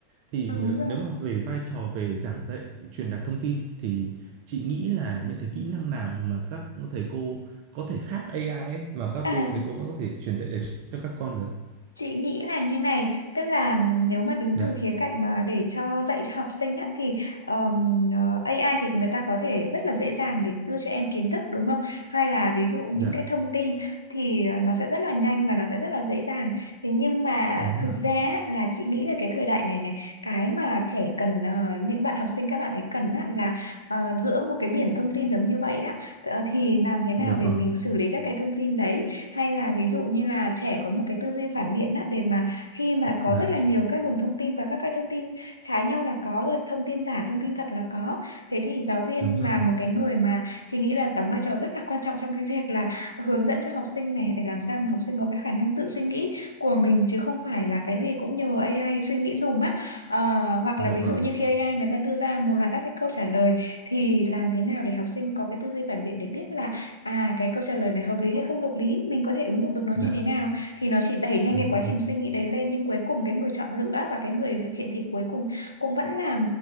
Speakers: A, on the right; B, on the left.
A: Thì
B: đúng rồi, đúng
A: ờ,
B: rồi.
A: nếu mà về vai trò về giảng dạy, truyền đạt thông tin thì chị nghĩ là những cái kỹ năng nào mà các thầy cô có thể khác AI ấy mà các
B: À,
A: cô thầy cô vẫn có thể truyền dạy được cho các con được.
B: Chị nghĩ là như này, tức là nếu mà đứng
A: Dạ,
B: từ khía cạnh mà để cho dạy cho học sinh á, thì ờm, ờ, AI thì người ta có thể rất là dễ dàng để đưa cho em kiến thức đúng không? Hay là ví dụ những
A: dạ,
B: cái thông tin thì ờ, nó sẽ rất là nhanh và nó sẽ rất là dễ dàng. Thế nhưng mà
A: đúng
B: thực
A: rồi.
B: ra á, là chị nghĩ là cái thời đại này này, cái mà trẻ cần ờ, những bạn học sinh các bạn ấy cần á, là ờ, giữa một cái biển thông tin giống như vậy á, ờ, thì làm thế nào
A: Dạ
B: để
A: vâng,
B: mình xử lý các cái thông tin đấy hay là ví dụ như là trẻ có một cái tư duy phản biện á để mà khi mà có
A: dạ,
B: rất là nhiều các luồng thông tin và các cái thông tin trái nhau là có rồi thông tin giả thông tin thật là có thế thì giáo viên
A: đúng rồi.
B: là một cái người mà chị nghĩ là đóng vai trò rất là quan trọng trong cái việc là hướng dẫn cho học sinh này để làm sao mà học sinh có cái khả năng tự suy nghĩ của mình chứ không phải là cái gì cũng nhờ AI suy nghĩ dùm á Ờ, hoặc
A: Dạ
B: là ví
A: vâng.
B: dụ như khi AI người ta đưa ra một loạt các cái câu trả lời thì làm thế nào để học sinh có cái tư duy phản biện để biết là À, cái câu trả lời này hợp lý hay không hợp lý, mình có thể ứng dụng được nó như
A: Dạ.
B: thế nào thì nó chỉ đẩy nhanh
A: đúng
B: cái quá
A: rồi
B: trình suy nghĩ đấy lên nhưng cuối cùng cái người chọn lựa và cái người thực hiện thì cuối cùng cũng vẫn là